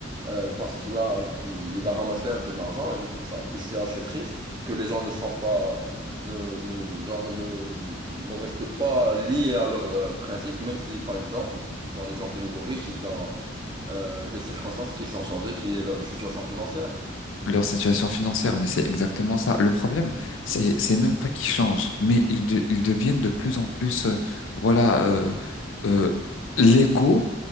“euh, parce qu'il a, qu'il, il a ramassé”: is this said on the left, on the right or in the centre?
Right